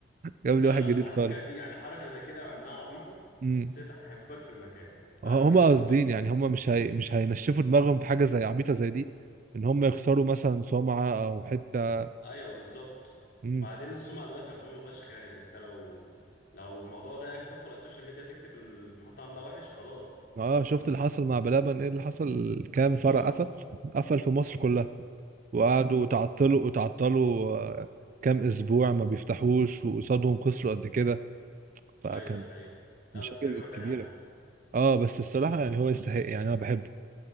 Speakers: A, on the right; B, on the left.
A: جاب
B: لا
A: لي واحد
B: لا
A: جديد
B: على
A: خالص
B: فكره دي يعني حركه زي كده مع انها عبيطه
A: امم
B: بس هي تحت حبيبك في المكان بعد
A: ه-
B: كده
A: هما قاصدين يعني هما مش هي... مش هينشفوا دماغهم في حاجة زي عبيطة زي دي ان هما يخسروا مثلا سمعة او حتة
B: ايوه بالظبط
A: مم.
B: وبعدين السمعه دلوقتي مطمومه فشخ يعني انت لو لو الموضوع ده هتدخل على السوشيال ميديا تكتب المحطه عامله وحش خلاص
A: اه شفت اللي حصل مع بلبن ايه اللي حصل كام
B: بالظبط
A: فرع قفل قفل في مصر كلها وقعدوا تعطلوا وتعطلوا آه، كام اسبوع ما بيفتحوش وقصادهم خسروا قد كده فكان
B: ايوه ده حقيقه لا
A: مشاكل
B: بس رجعوا تاني
A: كبيرة
B: على فكره
A: اه بس الصراحة يعني هو يستحق يعني انا بحبه